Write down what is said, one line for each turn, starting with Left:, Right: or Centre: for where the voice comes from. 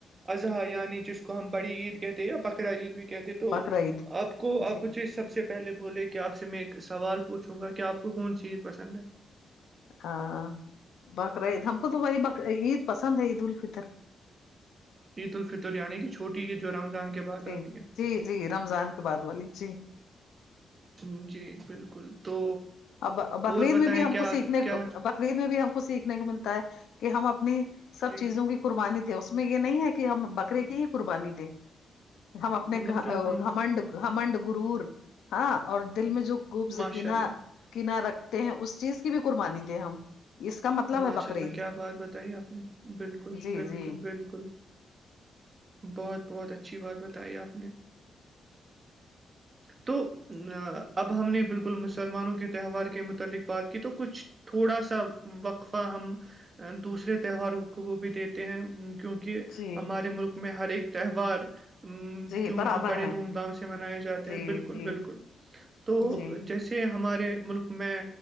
Right: اضحی یعنی جس کو ہم بڑی عید کہتے ہیں یا بکرا عید بھی کہتے تو
Left: بقرعید
Right: آپ کو آپ
Left: جی
Right: مجھے سب سے پہلے بولے کہ آپ سے میں ایک سوال پچوں گا کہ آپ کو کونسی عید پسند ہے
Left: ہاں بکراعید ہم کو تو وہی بر عید پسند ہے عید الفطر
Right: عید الفطر یعنی کہ چھوٹی عید جو رمضان کے بعد
Left: جی
Right: آتی ہے
Left: جی جی رمضان کے بعد والی جی
Right: جی بالکل تو
Left: اب بکری
Right: اور
Left: عید
Right: بتائیں
Left: میں بھی ہم
Right: کیا
Left: کو سیکھنے
Right: کیا
Left: کو ب بکر عید میں بھی ہم کو سیکھنے کو ملتا ہے کہ ہم اپنی سب
Right: جی
Left: چیزوں کی قربانی دے اس میں یہ نہیں ہے کہ ہم بکرے کی ہی قربانی دیں ہم اپنے
Right: مطلب
Left: گ
Right: جو ہم
Left: گھمنڈ گھمنڈ گرور ہاں اور دل میں جو گوبز
Right: ماشاء
Left: کناا
Right: اللہ
Left: کنا رکھتے ہیں اس چیز کی بھی قربانی دیں ہم اس کا مطلب
Right: ماشاءاللہ
Left: ہے بقرعید
Right: کیا بات بتائی آپ نے بالکل
Left: جی
Right: بالکل
Left: جی
Right: بالکل بہت بہت اچھی بات بتائی آپ نے تو اب ہم نے بالکل مسلمانوں کے تہوار کے متعلق بات کی تو کچھ تھوڑا سہ وقفہ ہم دوسرے تہواروں کو بھی دیتے ہیں کیونکہ
Left: جی
Right: ہمارے ملک میں ہر ایک تہوار
Left: جی
Right: جوم
Left: برابر
Right: بڑے
Left: ہے
Right: دھوم دھام سے منائے جاتے
Left: جی
Right: ہیں بالکل
Left: جی
Right: بالکل تو
Left: جی
Right: جیسے ہمارے ملک میں